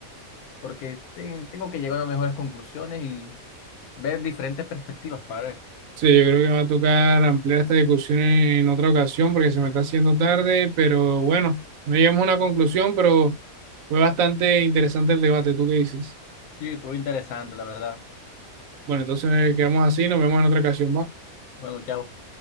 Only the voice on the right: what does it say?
Sí, yo creo que va a tocar ampliar esta discusión en, en otra ocasión porque se me está haciendo tarde, pero bueno, no llegamos a una conclusión, pero fue bastante interesante el debate. ¿Tú qué dices?
Bueno, entonces quedamos así, nos vemos en otra ocasión, ¿va?